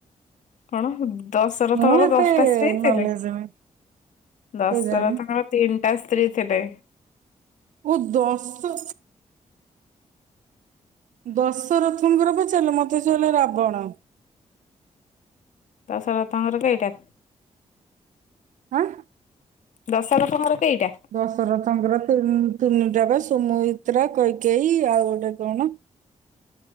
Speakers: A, on the left; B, on the right.
A: କଣ ଦଶରଥଙ୍କର
B: ମୁଁ ଏତେ
A: ଦଶଟା ସ୍ତ୍ରୀ ଥିଲେ
B: ନଲେଜ ନାହିଁ
A: ଦଶରଥଙ୍କର।
B: କେଜାଣି
A: ତିନିଟା ସ୍ତ୍ରୀ ଥିଲେ।
B: ଓ ଦଶ ଦଶରଥଙ୍କର ପଚାରିଲେ ମତେ ଶୁଭିଲା ରାବଣ।
A: ଦଶରଥଙ୍କର କେଇଟା?
B: ହାଁ।
A: ଦଶରଥଙ୍କର କେଇଟା?
B: ଦଶରଥଙ୍କର ତିନି ଟାକ ସୁମିତ୍ରା କୈକେଇ ଆଉ ଗୋଟେ କଣ।